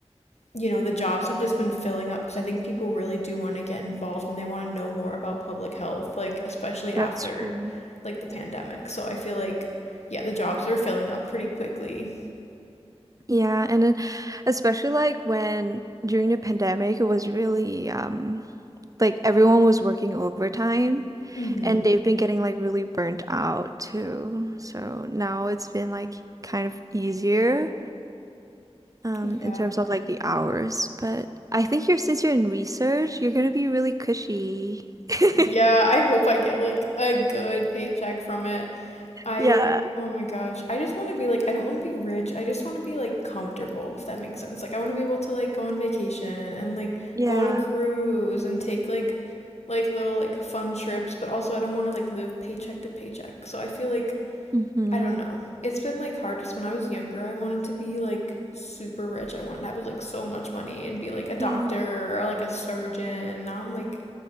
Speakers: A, on the left (about 80°); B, on the right (about 30°).
A: you know, the jobs have just been filling up because I think people really do want to get involved and they want to know more about public health, like especially after
B: that's true.
A: like the pandemic. So I feel like yeah, the jobs are filling up pretty quickly.
B: Yeah, and then especially like when during the pandemic, it was really um like everyone was working overtime
A: Mhm.
B: and they've been getting like really burnt out too. So now it's been like kind of easier um
A: Yeah.
B: in terms of like the hours, but I think you're since you're in research, you're gonna be really cushy. <laughs>
A: Yeah, I hope I get like a good paycheck from it. I,
B: Yeah.
A: oh my gosh, I just want to be like, I don't want to be rich. I just want to be like comfortable, if that makes sense. Like, I want to be able to like go on vacation and like
B: Yeah.
A: go on a cruise and take like like little like fun trips, but also I don't want to like live paycheck to paycheck. So I feel like
B: Mm-hmm.
A: I don't know. It's been like hard because when I was younger, I wanted to be like super rich. I wanted to have like so much money and be like a doctor
B: Yeah.
A: or like a surgeon. Now I'm like